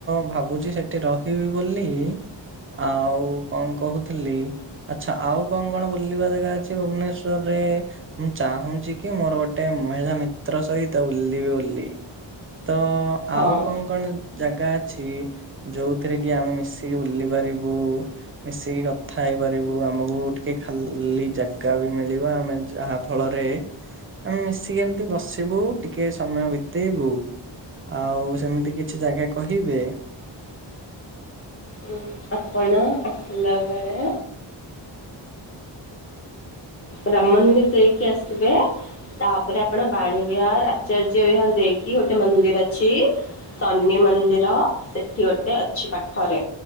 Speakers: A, on the right; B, on the left.
A: ଭାବୁଚି ସେଠି ରହିବି ବୋଲି ଆଉ କଣ କହୁଥିଲି ଆଚ୍ଛା ଆଉ କଣ କଣ ବୁଲିବା ଜାଗା ଅଛି ଭୁବନେଶ୍ଵରରେ? ମୁଁ ଚାହୁଁଛି କି ମୋର ଗୋଟେ ମହିଳା ମିତ୍ର ସହିତ ବୁଲିବି ବୋଲି। ତ
B: ହଁ।
A: ଆଉ କଣ କଣ ଜାଗା ଅଛି ଯୋଉଥିରେ କି ଆମେ ମିଶିକି ବୁଲି ପାରିବୁ? ମିଶିକି କଥା ହେଇ ପାରିବୁ ଆମକୁ ଟିକେ ଖାଲି ଜାଗା ବି ମିଳିବ ଆମେ ଯାହା ଫଳରେ ଆମେ ମିଶିକି ଏମିତି ବସିବୁ ଟିକେ ସମୟ ବିତେଇବୁ ଆଉ ସେମିତି କିଛି ଜାଗା କହିବେ
B: ଉଁ ଆପଣ ଆସିଲା ବେଳେ ରାମ ମନ୍ଦିର ଦେଇକି ଆଶିବେ। ତାପରେ ଆପଣ ବାଣୀ ବିହାର ଆଚାର୍ଯ୍ୟ ବିହାର ଦେଇକି ଗୋଟେ ମନ୍ଦିର ଅଛି। ଶନି ମନ୍ଦିର ସେଠି ଗୋଟେ ଅଛି ପାଖରେ।